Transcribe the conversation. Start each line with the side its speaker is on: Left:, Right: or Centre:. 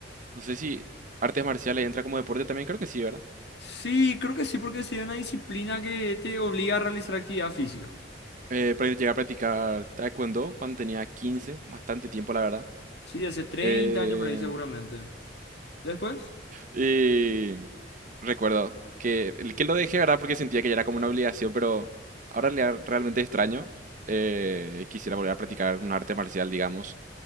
Right: no sé si artes marciales entra como deporte también, creo que sí, ¿verdad?
Left: Sí, creo que sí, porque sí es una disciplina que te obliga a realizar actividad física.
Right: Eh, pra- llegué a practicar taekwondo cuando tenía 15, bastante tiempo, la verdad.
Left: Sí, hace 30
Right: Eh,
Left: años por ahí seguramente. ¿Después?
Right: Y recuerdo que, que lo dejé, ¿verdad? Porque sentía que ya era como una obligación, pero ahora le ar- realmente extraño. Eh, quisiera volver a practicar un arte marcial, digamos.